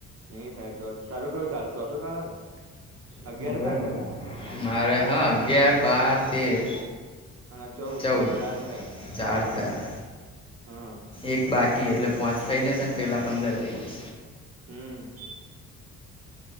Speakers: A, on the right; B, on the left.
A: ની થાય તો તારું કયું ચાલે ચોથું ચાલે ને? અગિયાર
B: <inaudible>
A: હતા
B: મારે
A: ને
B: હા અગિયાર, બાર, તેર.
A: અને આ ચૌદમાં
B: ચૌદ
A: તો ચાર થયા
B: ચાર થયા.
A: હમ્મ
B: એક બાકી એટલે પોંચ થઇ જશે ને પેલા પંદર થઇ જશે.
A: હમ